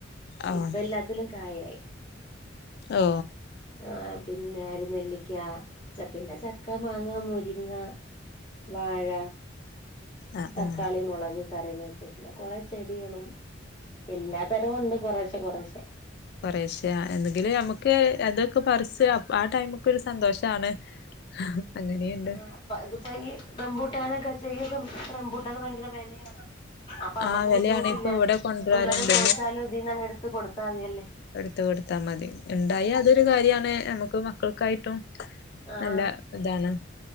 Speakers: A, on the left; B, on the left.
A: ആഹ്
B: ഇപ്പ എല്ലാത്തിലും കായായി
A: ഓ
B: ആ പിന്നെ അരുനെല്ലിക്ക പിന്നെ ചക്ക മാങ്ങ മുരിങ്ങ വാഴ
A: ആഹ്
B: തക്കാളി
A: ആഹ്
B: മുളക് കറിവേപ്പില പിന്നെ കൊറെ ചെടികളും എല്ലാ തരവും ഉണ്ട് കുറശ്ശെ കുറശ്ശെ
A: കൊറെശെ എന്തെങ്കില് നമ്മുക്ക് അതൊക്കെ പറിച്ച് ആ ടൈംക്ക് ഒരു സന്തോഷമാണ് <inaudible> അങ്ങനെയുണ്ട്
B: ആ അപ്പ ഇതിപ്പോ ഈ റംബൂട്ടാനൊക്കെ ചെയ്തും റംബൂട്ടൻ ഭയങ്കര വിലയാണ് അപ്പൊ അമ്മുക്ക്
A: ആ വെലയാണ്
B: ബുദ്ധിമുട്ടില്ല
A: ഇപ്പൊ ഇവിടെ കൊണ്ടുവരാറുണ്ട്
B: പിള്ളേരെ ചോദിച്ചാലും ഇതിന്ന് ആ എടുത്ത് കൊടുത്താൽ മതിയല്ലേ
A: എടുത്ത കൊടുത്താൽ മതി ഉണ്ടായി അതൊരു കാര്യാണ് നമുക്ക് മക്കൾക്കായിട്ടും
B: ആഹ്
A: നല്ല ഇതാണ്